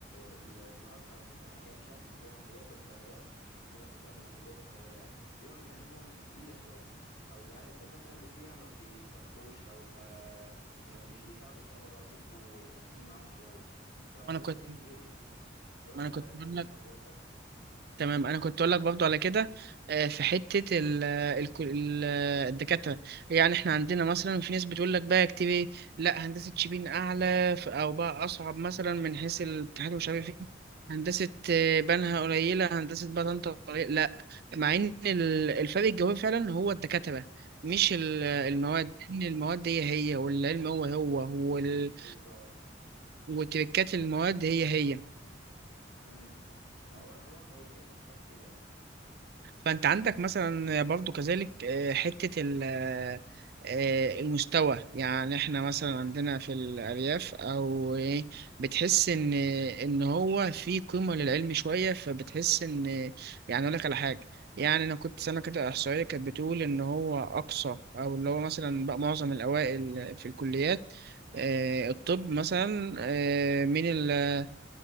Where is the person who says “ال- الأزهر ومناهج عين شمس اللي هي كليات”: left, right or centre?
Left